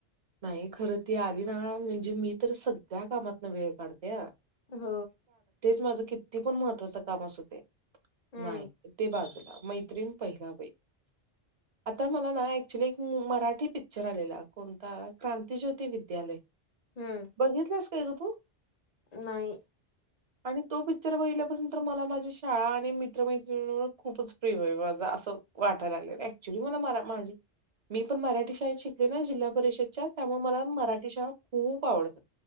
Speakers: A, on the right; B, on the left.
A: नाही खरं ती आली ना म्हणजे, मी तर सगळ्या कामातन वेळ काढते हा.
B: हो,
A: माझ किती पण महत्त्वाच काम असुदे, ते
B: हम्म,
A: नाही ते बाजू, मैत्रीण पहिला बाई,
B: <unintelligible>
A: आता मला ना ऍक्च्युली एक मराठी पिक्चर आलेला, कोणता क्रांतिज्योती विद्यालय,
B: हम्म.
A: बघितलंस काय ग तू?
B: नाही.
A: आणि तो पिक्चर बघहिल्यापासून, तर मला माझी शाळा आणि मित्रमैत्र खूपच प्रिय हो माझा असं वाट, वाट्याला लागलंयत, एक्च्युली मी पण मराठी शाळेत शाळेत जिल्हा परिषद, परिषदच्या त्यामुळे मला, मराठी शाळा खूप आवडतात.